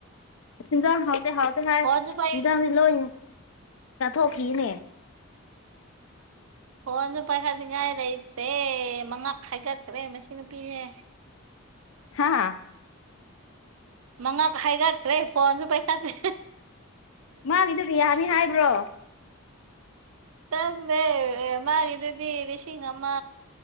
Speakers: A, on the left; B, on the right.
A: ꯏꯟꯖꯥꯡ ꯍꯥꯎꯇꯦ ꯍꯥꯎꯇꯦ ꯍꯥꯏ
B: ꯐꯣꯟꯁꯨ ꯄꯥꯏ
A: ꯏꯟꯖꯥꯡꯗꯤ ꯂꯣꯏꯅ ꯆꯥꯊꯣꯛꯈꯤꯅꯦ
B: ꯐꯣꯟꯁꯨ ꯄꯥꯏꯈꯠꯅꯤꯡꯉꯥꯏ ꯂꯩꯇ꯭ꯔꯦ ꯃꯉꯛ ꯍꯥꯏꯒꯠꯈ꯭ꯔꯦ ꯃꯁꯤ ꯅꯨꯄꯤꯁꯦ
A: ꯍꯥꯥ
B: ꯃꯉꯛ ꯍꯥꯏꯒꯠꯈ꯭ꯔꯦ ꯐꯣꯟꯁꯨ ꯄꯥꯏꯈꯠꯇꯦ
A: ꯃꯥꯒꯤꯗꯨ ꯀꯌꯥꯅꯤ ꯍꯥꯏꯕ꯭ꯔꯣ
B: ꯈꯪꯗꯦ ꯑꯦ ꯃꯥꯒꯤꯗꯨꯗꯤ ꯂꯤꯁꯤꯡ ꯑꯃ